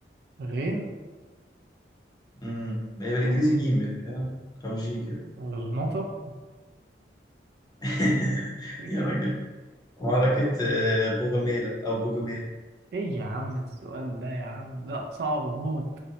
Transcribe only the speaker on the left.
امم هي بالانجليزي
جيم يعني فاهم او جي كده
<laughs>
يا راجل معركة آه، غوغاميلا او جوجاميلا